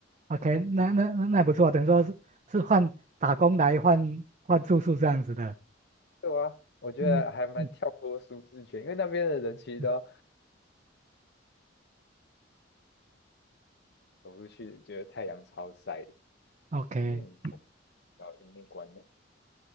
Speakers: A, on the right; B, on the left.
A: OK，那那那那不错，等于说是是换打工来换换住宿这样子的，
B: 对啊，我觉得还蛮跳脱舒适圈，
A: 嗯嗯
B: 因为那边的人其实都
A: 嗯
B: 走出去，觉得太阳超晒的。
A: ，OK，
B: 嗯，
A: 嗯
B: 我到荧幕关了。